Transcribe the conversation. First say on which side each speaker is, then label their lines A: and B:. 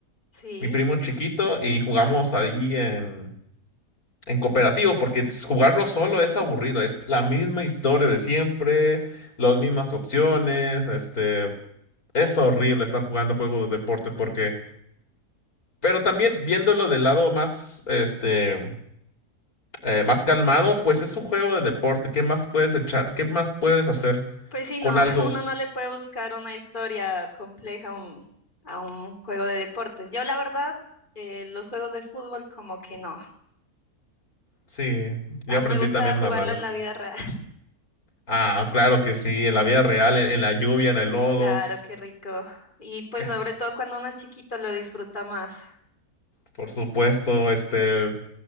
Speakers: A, on the left (about 30°); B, on the left (about 65°).
A: Sí.
B: mi primo chiquito, y jugamos ahí en cooperativo, porque jugarlo solo es aburrido, es la misma historia de siempre, las mismas opciones, este, es horrible estar jugando juegos de deporte porque, pero también viéndolo del lado más, este, eh, más calmado, pues es un juego de deporte, ¿qué más puedes echar? ¿Qué más puedes hacer
A: Pues sí,
B: con
A: no,
B: algo?
A: <laughs> uno no le puede buscar una historia compleja a un, a un juego de deportes. Yo, la verdad, eh, los juegos de fútbol como que no.
B: Sí,
A: Ah,
B: yo aprendí
A: me gusta
B: también
A: jugarlo
B: en las malas.
A: en la vida real. <laughs>
B: Ah, claro que sí, en la vida real, en, en la lluvia, en el lodo,
A: Claro, qué rico. Y pues
B: es,
A: sobre todo cuando uno es chiquito lo disfruta más.
B: por supuesto, este...